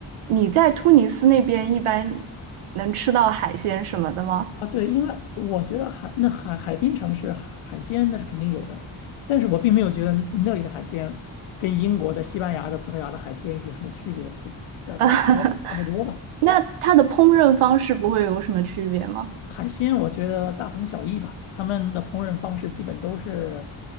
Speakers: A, on the right; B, on the left.
A: 你在突尼斯那边一般能吃到海鲜什么的吗？
B: 啊对，因为我觉得海那海海滨城市海海鲜那是肯定有的，但是我并没有觉得那里的海鲜跟英国的、西班牙的、葡萄牙的海鲜有什么区别，就感感觉都差不多吧。
A: <laughs> 那它的烹饪方式不会有什么区别吗？
B: 海鲜我觉得大同小异吧，他们的烹饪方式基本都是，